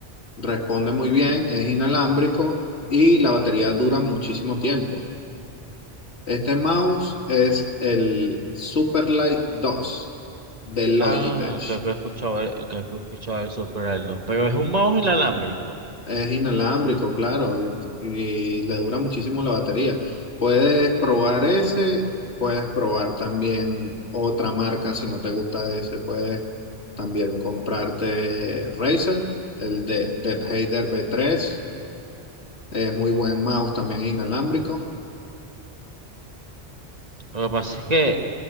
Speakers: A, on the left; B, on the right.
A: responde muy bien, es inalámbrico y la batería dura muchísimo tiempo. Este mouse es el Superlight 2 de Logitech.
B: Ah, creo que he escuchado, el- creo que he escuchado el Super el dos pero es un mouse inalámbrico.
A: Es inalámbrico, claro, y, y le dura muchísimo la batería. Puedes probar ese, puedes probar también otra marca si no te gusta ese, puedes también comprarte Razer, el de Deadhazer v tres es muy buen mouse, también inalámbrico.
B: Lo que pasa es que